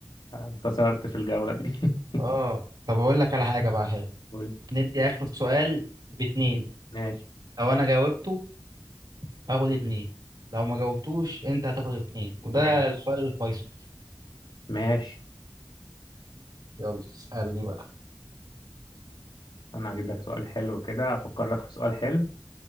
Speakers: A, on the left; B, on the right.
A: انتصرت في الجولة دي <laughs>
B: اه طب اقول لك على حاجة بقى حلو
A: قول
B: ندي آخر سؤال باتنين
A: ماشي
B: لو انا جاوبته هاخد اتنين لو ما جاوبتوش انت هتاخد اتنين وده
A: ماشي
B: السؤال الفيصل
A: ماشي
B: يلا اسألني بقى
A: أنا هجيب لك سؤال حلو كده أفكر لك في سؤال حلو